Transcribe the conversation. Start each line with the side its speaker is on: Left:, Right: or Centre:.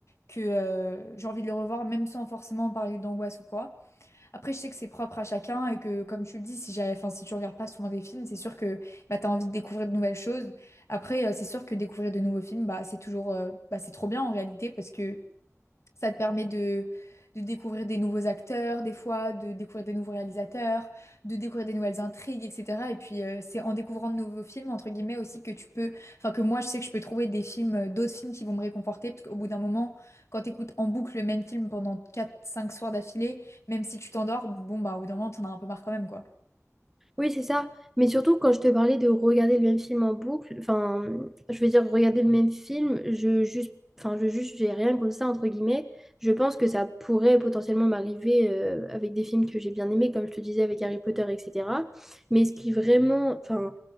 Left: que euh, j'ai envie de le revoir, même sans forcément parler d'angoisse ou quoi. Après, je sais que c'est propre à chacun et que, comme tu le dis, si j'avais, enfin, si tu regardes pas souvent des films, c'est sûr que bah, tu as envie de découvrir de nouvelles choses. Après, euh, c'est sûr que découvrir de nouveaux films, bah, c'est toujours, euh, bah, c'est trop bien en réalité parce que ça te permet de, de découvrir des nouveaux acteurs, des fois, de découvrir des nouveaux réalisateurs, de découvrir des nouvelles intrigues, etc. Et puis, euh, c'est en découvrant de nouveaux films, entre guillemets, aussi que tu peux, enfin, que moi, je sais que je peux trouver des films, euh, d'autres films qui vont me réconforter, parce qu'au bout d'un moment, quand t'écoutes en boucle le même film pendant quatre cinq soirs d'affilée, même si tu t'endors, bon, bah, au bout d'un moment, t'en as un peu marre quand même, quoi.
Centre: Oui, c'est ça. Mais surtout, quand je te parlais de regarder le même film en boucle, enfin, je veux dire, regarder le même film, je juste, enfin, je juste, j'ai rien contre ça, entre guillemets. Je pense que ça pourrait potentiellement m'arriver euh, avec des films que j'ai bien aimés, comme je te disais, avec Harry Potter, etc. Mais ce qui vraiment, enfin,